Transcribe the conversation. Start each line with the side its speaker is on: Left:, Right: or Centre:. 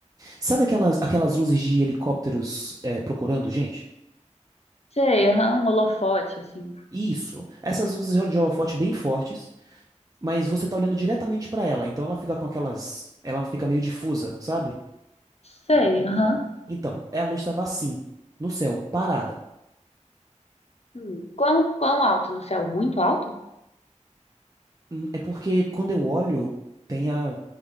Right: sabe aquelas aquelas luzes de helicópteros é, procurando gente?
Left: sei, aham, um holofote, assim.
Right: Isso. Essas luzes de holofote bem fortes, mas você tá olhando diretamente pra ela, então ela fica com aquelas, ela fica meio difusa, sabe?
Left: Sei, aham.
Right: Então, a luz estava assim, no céu, parada.
Left: Hum, Quão, quão alto no céu? Muito alto?
Right: Hum, É porque quando eu olho, tem a,